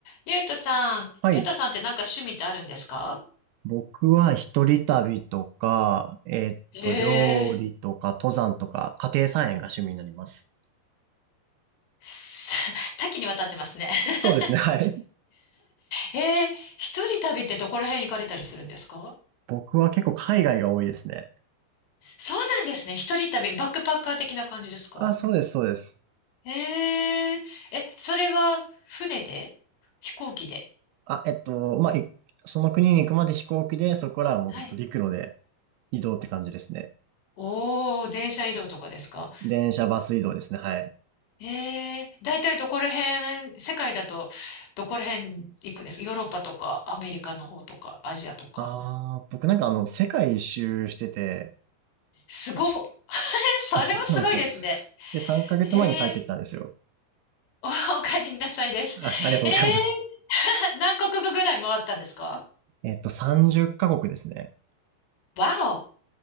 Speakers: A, on the left; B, on the right.
A: ゆうとさん、
B: はい。
A: ゆうとさんってなんか趣味ってあるんですか
B: 僕は一人旅とか、えーっと、
A: ええ
B: 料理とか、登山とか、家庭菜園が趣味になります。
A: す <laughs> 多岐にわたってますね。<laughs>
B: そうですね、はい。
A: ええ一人旅ってどこら辺行かれたりするんですか
B: 僕は結構海外が多いですね。
A: そうなんですね。一人旅、バックパッカー的な感じですか
B: あ、そうです、そうです。
A: えええ、それは船で飛行機で
B: あ、えっと、まあ、いその国に行くまで飛行機で、そこからはもうずっと陸路で
A: はい。
B: 移動って感じですね。
A: おー、電車移動とかですか
B: 電車、バス移動ですね、はい。
A: ええだいたいどこら辺、世界だとどこら辺行くんですかヨーロッパとかアメリカの方とかアジアとか。
B: ああ、僕なんかあの、世界一周してて、
A: すごっ。<laughs> それはすごいですね。
B: <laughs> そうなんですよ。で、3ヶ月前に帰ってきたんですよ。
A: へえ、<laughs> お、お帰りなさいです。
B: あ、ありがとうございます。
A: ええ <laughs> 何カ国ぐらい回ったんですか
B: えっと、30カ国ですね。
A: わお、